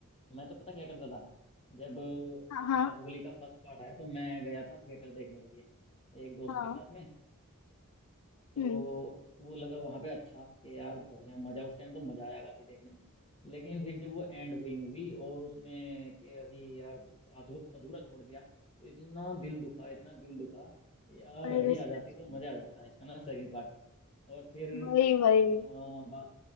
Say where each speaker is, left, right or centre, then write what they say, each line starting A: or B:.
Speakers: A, on the left (about 25°); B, on the left (about 80°).
A: मैं तो पता क्या करता था जब
B: हाँ हाँ
A: बाहुबली का फर्स्ट पार्ट आया तो मैं गया था थिएटर देखने के लिए एक दोस्त
B: हाँ
A: के साथ में तो
B: हम्म
A: वो लगा वहां पे अच्छा कि यार बढ़िया मजा उस टाइम तो मजा आया काफी देखने में लेकिन फिर जब वो एंड हुई मूवी और उसमें कि अभी यार अधू, अधूरा छोड़ दिया तो इतना दिल दुखा इतना दिल दुखा यार
B: अरे
A: अभी
B: सच
A: आ जाती तो
B: में
A: मजा आ जाता है इसका ना सेकंड पार्ट और फिर
B: वही वही
A: अ, बा,